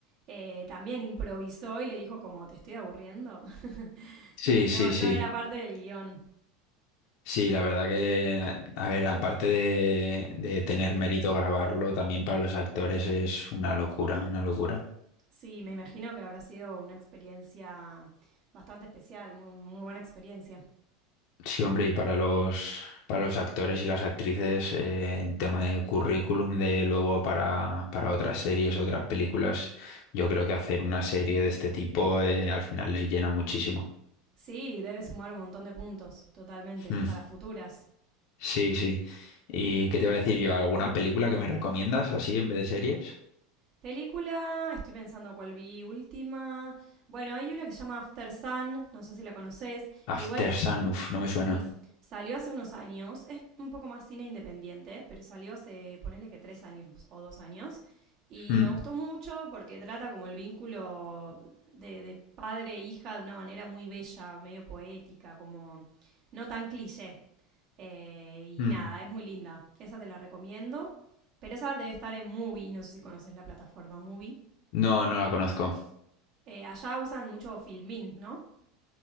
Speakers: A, on the right (about 50°); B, on the left (about 65°).
A: eh, también improvisó y le dijo como, te estoy aburriendo. <laughs>
B: Sí,
A: Y no,
B: sí, sí.
A: no era parte del guión.
B: Sí, la verdad que, a ver, aparte de, de tener mérito grabarlo, también para los actores es una locura, una locura.
A: Sí, me imagino que habrá sido una experiencia bastante especial, muy, muy buena experiencia.
B: Sí, hombre, y para los, para los actores y las actrices, eh, en tema de currículum, de luego para, para otras series, otras películas, yo creo que hacer una serie de este tipo, eh, al final les llena muchísimo.
A: Sí, debe sumar un montón de puntos, totalmente,
B: Mm,
A: para futuras.
B: sí, sí. ¿Y qué te iba a decir yo? ¿Alguna película que me recomiendas así en vez de series?
A: Película, estoy pensando cuál vi última. Bueno, hay una que se llama After Sun, no sé si la conoces, que
B: After
A: igual
B: Sun, uf, no me suena.
A: Sí, salió hace unos años, es un poco más cine independiente, pero salió hace, ponele que tres años o dos años, y
B: Mm,
A: me gustó mucho porque trata como el vínculo de, de padre e hija de una manera muy bella, medio poética, como no tan cliché. Eh, y
B: mm.
A: nada, es muy linda, esa te la recomiendo, pero esa debe estar en Movie, no sé si conoces la plataforma Movie.
B: No, no la conozco.
A: Eh, allá usan mucho Filmin, ¿no?